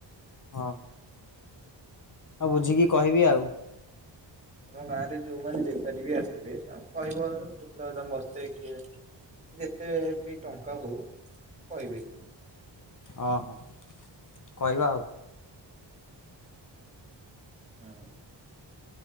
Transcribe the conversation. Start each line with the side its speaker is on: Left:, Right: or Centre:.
Left: ହଁ। ହଉ ବୁଝିକି କହିବି ଆଉ।
Right: ଆମ ଗାଁ ରେ ଯୋଉମାନେ ବେପାରୀ ବି ଆସିଥିବେ ତାଙ୍କୁ କହିବ ଲା ବାଦାମ ବସ୍ତେ <unintelligible> କେତେ ବି ଟଙ୍କା ହଉ କହିବେ।
Left: ଓଁ ହଁ କହିବା ଆଉ।
Right: ହୁଁ।